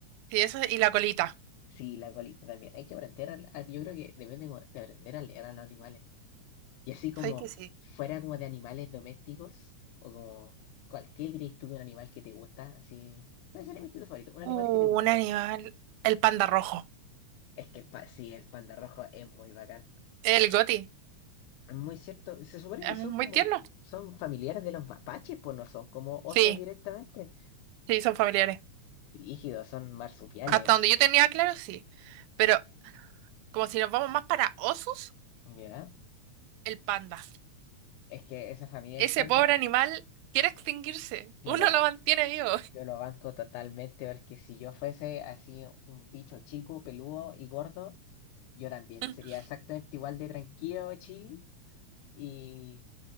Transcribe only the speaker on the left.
Sí, la colita también. Hay que aprender, a, a- yo creo que deben de, de aprender a leer a los animales. Y así como
fuera como de animales domésticos, o como cualquier diréis tú de un animal que te gusta, así. ¿Cuál sería mi instinto favorito? Un
animal que te gusta.
Es que el pa- sí, el panda rojo es muy bacán.
Es muy cierto. Se supone
que son
como,
son familiares de los mapaches, pues no son como osos
directamente.
Rígidos, son marsupiales.
¿Ya?
Es que esa familia
del panda,
yo
lo,
yo lo banco totalmente, porque si yo fuese así un bicho chico, peludo y gordo, yo también
sería exactamente igual de tranquilo, chill y